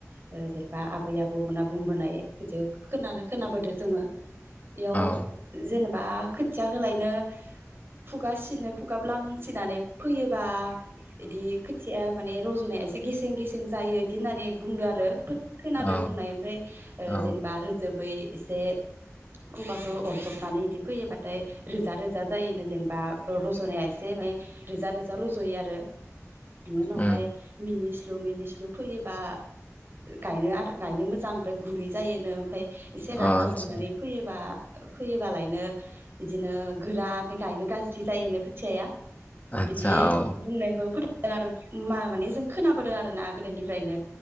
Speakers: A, on the right (about 45°); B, on the left (about 30°).
A: जेनेबा आबै आबौ बौ मोनाब बुंबोनाय बिदि खोनानो खोनाबोदो जोङो बेयाव
B: औ
A: जेनेबा बा खोथिया होलायनो खुगा सिनो खुगाब्लांसिनानै फैयोबा बिदि खोथिया माने रज'नाया एसे गेसें गेसें जायो बिदि होननानै बुंदो आरो खोनादों
B: औ
A: बुंनाय ओमफ्राय ओ
B: औ
A: जेनेबा रोजोब बै एसे खुगाखौ अरजबनानै इदि फैयोबाथाय रोजा रोजा जायोनो जेनेबा रज'नाया एसे माने रोजा रोजा रज'यो आरो बिनि उनावहाय
B: उम अ
A: मिनि स्लु मिनिस्लु फैयोबा गायनो आरो गायनो मोजां ओमफ्राय गुरै जायोनो ओमफ्राय एसे रागा
B: आतसा
A: जोंनानै फैयोबा फैयोबालायनो बिदिनो गोरा ओमफ्राय गायनो गाज्रि जायो खोथियाया
B: आतसा
A: बिदि
B: औ
A: बुंनायखौ फोथ आरो मा माने जों खोनाबोदों आर ना गोदोनिफ्रायनो